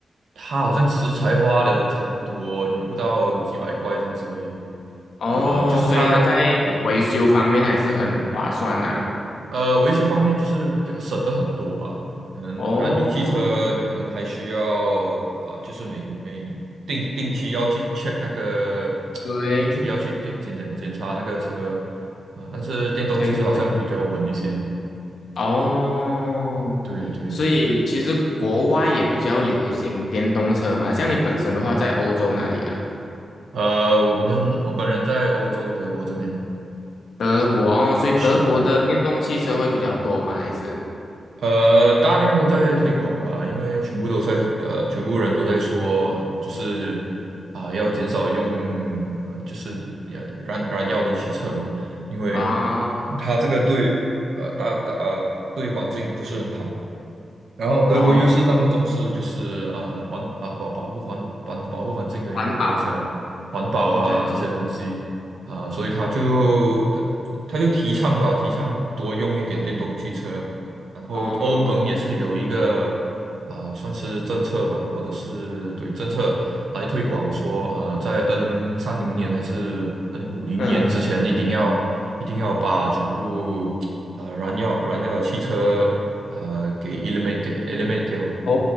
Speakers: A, on the right (about 80°); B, on the left (about 85°).
A: 他好像只是才花了差不多也不到几百块这样子而已，
B: 哦，
A: 呃，就是他对。
B: 所以它在维修方面还是很划算呐、
A: 呃，维修方面就是比较省的很多吧。可能燃油汽车，
B: 哦，
A: 你可能还需要啊、就是每每定定期要去 check 那个，
B: 对
A: 定期要去检检检检查那个车啊。但是电动汽车好像比较稳一些。
B: 对对，哦，
A: 对对，
B: 所以其实国外也比较流行电动车嘛，像你本身的话，在欧洲哪里啊？
A: 呃，我本人我本人在欧洲德国这边
B: 德国哦，所以德国的电动汽车会比较多吗？
A: 是。
B: 还是
A: 呃，大量都在推广吧，因为全部都在呃，全部人都在说，嗯，就是啊、要减少用呃，就是呃燃燃料的汽车嘛，因为
B: 啊
A: 它这个对呃大大呃对环境不是很好。然后德国又是那么重视，
B: 哦，
A: 就是啊环啊保保护环保保护环境的一个国家，
B: 环保了
A: 环保啊这些东西啊，
B: ，OK 都
A: 所以他就他他就提倡吧，
B: OK
A: 提倡多用一点电动汽车。然后欧盟也是有一个啊、
B: 哦，
A: 算是政策吧，或者是对政策来推广说，啊，在二零三零年还是二零五零年之前，
B: 嗯
A: 一定要一定要把全部啊、燃料燃料的汽车啊、给 eliminate eliminate 掉，
B: 哦